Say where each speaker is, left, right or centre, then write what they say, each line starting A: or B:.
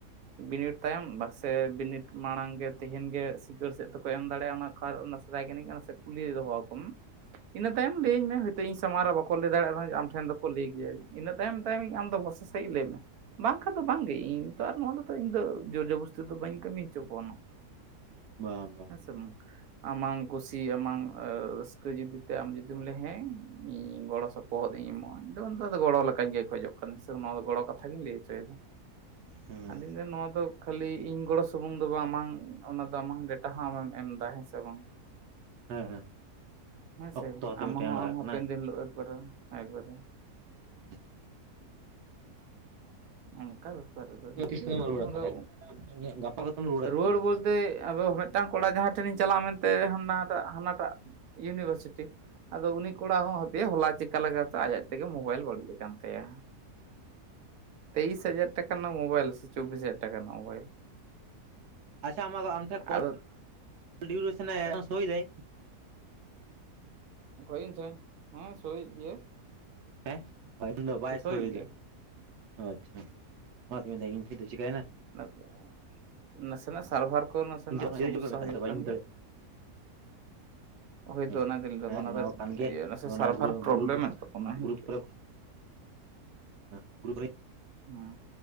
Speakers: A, on the right (about 70°); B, on the right (about 80°).
A: ᱵᱤᱱᱤᱰ ᱛᱟᱭᱚᱢ ᱵᱟᱥᱮ ᱵᱤᱱᱤᱰ ᱢᱟᱲᱟᱝ ᱜᱮ ᱛᱮᱦᱮᱧ ᱜᱮ ᱥᱤᱜᱟᱹᱬ ᱥᱮᱫ ᱛᱮᱠᱚ ᱮᱢ ᱫᱟᱲᱮᱭᱟᱜᱼᱟ᱾ ᱚᱱᱟ ᱠᱟᱨ ᱚᱱᱟ ᱢᱮᱛᱟᱭ ᱠᱟᱹᱱᱟᱹᱧ ᱥᱮ ᱠᱩᱞᱤ ᱫᱚᱦᱚ ᱟᱠᱚᱢ ᱾ ᱤᱱᱟᱹ ᱛᱟᱭᱚᱢ ᱞᱟᱹᱭ ᱟᱹᱧ ᱢᱮ ᱤᱧ ᱥᱟᱢᱟᱝ ᱨᱮ ᱵᱟᱠᱚ ᱞᱟᱹᱭ ᱫᱟᱲᱮᱭᱟᱜ ᱵᱷᱟᱜᱮ ᱟᱢ ᱴᱷᱮᱱ ᱫᱚᱠᱚ ᱞᱟᱹᱭ ᱜᱮᱭᱟ ᱤᱱᱟᱹ ᱛᱟᱭᱚᱢ ᱟᱢ ᱫᱚ ᱵᱷᱚᱨᱥᱟ ᱥᱟᱺᱦᱤᱡ ᱞᱟᱹᱭ ᱢᱮ᱾ ᱵᱟᱝ ᱠᱷᱟᱱ ᱫᱚ ᱵᱟᱝᱜᱮ, ᱤᱧ ᱛᱚ ᱟᱨ ᱱᱚᱣᱟ ᱛᱚ ᱤᱧ ᱫᱚ ᱡᱳᱨᱡᱚᱵᱚᱥᱛᱤ ᱫᱚ ᱵᱟᱹᱧ ᱠᱟᱹᱢᱤ ᱦᱚᱪᱚ ᱠᱚᱣᱟ ᱱᱟᱝ᱾
B: ᱵᱟᱝ ᱵᱟᱝ
A: ᱟᱢᱟᱝ ᱠᱩᱥᱤ, ᱟᱢᱟᱝ <unintelligible> ᱛᱮ ᱟᱢ ᱡᱩᱫᱤᱢ ᱞᱟᱹᱭ-ᱟ ᱦᱮᱸ᱾ ᱦᱩᱸ ᱜᱚᱲᱚ ᱥᱚᱯᱚᱦᱚᱫ ᱤᱧ ᱮᱢᱚᱜᱼᱟ᱾ ᱤᱧᱫᱚ ᱚᱱᱟ ᱫᱚ ᱜᱚᱲᱚ ᱞᱮᱠᱟ ᱜᱮ ᱠᱷᱚᱡᱚᱜ ᱠᱟᱱᱟ ᱥᱮ ᱱᱚᱣᱟ ᱫᱚ ᱜᱚᱲᱚ ᱠᱟᱛᱷᱟ ᱜᱤᱧ ᱞᱟᱹᱭ ᱦᱚᱪᱚᱭᱮᱫᱟ᱾
B: ᱦᱩᱸ
A: ᱟᱫᱚᱧ ᱞᱟᱹᱭᱫᱟ ᱱᱚᱣᱟ ᱫᱚ ᱠᱷᱟᱹᱞᱤ ᱤᱧ ᱜᱚᱲᱚ ᱥᱩᱢᱩᱝ ᱫᱚ ᱵᱟᱝ᱾ ᱟᱢᱟᱝ ᱚᱱᱟ ᱟᱢᱟᱝ ᱰᱮᱴᱟ ᱦᱚᱸ ᱟᱢᱮᱢ ᱮᱢ ᱮᱫᱟ ᱦᱮᱸᱥᱮ ᱵᱟᱝ᱾
B: ᱦᱮᱸ ᱦᱮᱸ
A: ᱦᱮᱸ
B: ᱚᱠᱛᱚ
A: ᱥᱮ,
B: ᱦᱚᱸᱛᱚ
A: ᱟᱢ
B: ᱢᱤᱫ ᱴᱟᱭᱤᱢ
A: ᱦᱚᱸ
B: ᱞᱟᱜᱟᱜ
A: ᱟᱢ ᱦᱚᱸ
B: ᱠᱟᱱᱟ
A: ᱦᱟᱯᱮᱱ ᱫᱤᱱ ᱦᱤᱞᱳᱜ <unintelligible> ᱮᱠᱵᱟᱨᱮ
B: <inaudible>
A: ᱚᱱᱠᱟ ᱵᱮᱯᱟᱨ ᱨᱮᱫᱚ ᱫᱤᱠᱦᱤ
B: ᱛᱤᱥ ᱠᱚᱛᱮᱢ
A: ᱟᱫᱚ
B: ᱨᱩᱣᱟᱹᱲᱟ
A: ᱚᱱᱟ
B: ᱛᱟᱦᱚᱞᱮ
A: ᱫᱚ
B: ᱜᱟᱯᱟ ᱠᱚᱛᱮᱢ ᱨᱩᱣᱟᱹᱲᱟ
A: ᱨᱩᱣᱟᱹᱲ
B: ᱥᱮ ᱪᱮᱫ ᱛᱟᱦᱚᱞᱮ
A: ᱵᱚᱞᱛᱮ ᱟᱫᱚ ᱢᱮᱫ ᱾ ᱢᱤᱫᱴᱟᱝ ᱠᱚᱲᱟ ᱡᱟᱦᱟᱭ ᱴᱦᱮᱱᱤᱧ ᱪᱟᱞᱟᱜᱼᱟ ᱢᱮᱱᱛᱮ ᱦᱟᱱᱟᱴᱟᱜ ᱦᱟᱱᱟᱴᱟᱜ ᱤᱭᱩᱱᱤᱵᱦᱟᱨᱥᱤᱴᱤ ᱾ ᱟᱫᱚ ᱩᱱᱤ ᱠᱚᱲᱟ ᱦᱚ ᱦᱟᱯᱮ ᱦᱚᱞᱟ ᱪᱮᱠᱟ ᱞᱮᱠᱟᱛᱮ ᱟᱭ ᱛᱮᱜᱮ ᱢᱳᱵᱟᱭᱤᱞ ᱵᱟᱹᱲᱤᱡ ᱟᱠᱟᱱ ᱛᱟᱭᱟ ᱾ ᱛᱮᱭᱤᱥ ᱦᱟᱡᱟᱨ ᱴᱟᱠᱟ ᱨᱮᱱᱟᱝ ᱢᱳᱵᱟᱭᱤᱞ ᱥᱮ ᱪᱚᱵᱽᱵᱤᱥ ᱦᱟᱡᱟᱨ ᱴᱟᱠᱟ ᱨᱮᱱᱟᱜ ᱢᱳᱵᱟᱭᱤᱞ᱾
B: ᱟᱪᱪᱷᱟ ᱟᱢ ᱴᱷᱮᱱ <unintelligible>
A: ᱟᱫᱚ
B: ᱠᱚᱞ ᱰᱤᱭᱩᱜᱨᱥᱚᱱ ᱮ ᱥᱳᱭ ᱫᱟ᱾
A: ᱦᱳᱭ ᱤᱧ ᱴᱷᱮᱱ ᱦᱮᱸ ᱥᱳᱭᱮᱫ ᱜᱮᱭᱟᱭ᱾
B: ᱦᱮᱸ, ᱴᱟᱭᱤᱢ ᱫᱚ ᱵᱟᱭ
A: ᱥᱳᱭᱮᱫ
B: ᱥᱳᱭ
A: ᱜᱮᱭᱟᱭ
B: ᱫᱟ, ᱟᱪᱪᱷᱟ᱾ ᱚᱱᱟ ᱛᱤᱧ ᱢᱮᱱ ᱮᱫᱟ ᱤᱧ ᱴᱷᱮᱱ ᱫᱚ ᱪᱤᱠᱟᱹᱭ ᱮᱱᱟ᱾
A: ᱱᱟᱥᱮ ᱱᱟᱥᱮᱱᱟᱜ ᱥᱟᱨᱵᱷᱟᱨ ᱠᱚ ᱱᱟᱥᱮᱱᱟᱜ
B: ᱤᱧ ᱚᱱᱟᱛᱮ
A: ᱥᱚᱢᱚᱥᱥᱟ ᱦᱩᱭᱩᱜ
B: ᱵᱟᱹᱧ
A: ᱠᱟᱱ
B: ᱵᱩᱡᱽ
A: ᱜᱮᱭᱟ᱾ ᱦᱳᱭᱛᱳ
B: ᱦᱮᱸ,
A: ᱚᱱᱟ ᱫᱚᱧ ᱞᱟᱹᱭ
B: ᱦᱮᱸ ᱚᱱᱟ
A: ᱫᱚ
B: ᱠᱟᱱ ᱜᱮᱭᱟ,
A: ᱤᱭᱟᱹ ᱱᱟᱥᱮ ᱥᱟᱨᱵᱷᱟᱨ
B: ᱚᱱᱟ
A: ᱯᱨᱚᱵᱞᱮᱢᱮᱫ
B: ᱜᱨᱩᱯ ᱨᱮ
A: ᱛᱟᱵᱚᱱᱟ ᱦᱮᱸᱥᱮ
B: ᱜᱨᱩᱯ ᱠᱚᱨᱮ ᱦᱮᱸ ᱜᱨᱩᱯ ᱨᱮ
A: ᱦᱩᱸ,